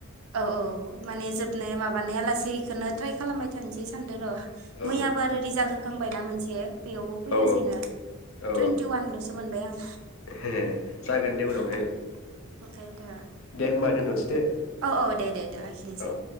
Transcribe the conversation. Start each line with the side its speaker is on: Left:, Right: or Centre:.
Right: औ औ माने जोबनाया माबानाया लासेइखौनो ट्राय खालामबाय थानोसै सानदों र
Left: औ
Right: मैयाबो आरो रिजाल्ट होखांबायना मोनसे ए बेयावबो फैयासैनो
Left: औ औ
Right: टुइन्टि वानलसो मोनबाय आं
Left: औ जागोन
Right: बेयाव
Left: दे उनावहाय
Right: ओंखायनो दा
Left: दे होमबा दोनथ'नोसै दे
Right: औ औ दे दे दे लाखिनोसै
Left: औ